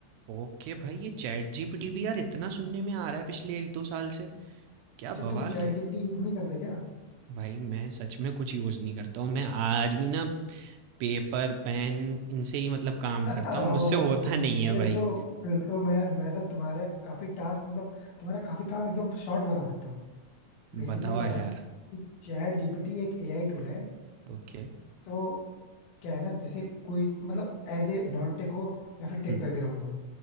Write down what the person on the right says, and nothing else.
ओके भाई ये चैट जीपीटी भी यार इतना सुनने में आ रहा है पिछले 1-2 साल से, क्या
बवाल
क्या
भाई मैं सच में कुछ यूज़ नहीं करता हूँ। मैं आज भी ना पेपर पेन इनसे ही मतलब काम
करता
हूँ मुझसे होता
नहीं है
भाई
बताओ
यार
ओके
हुँ,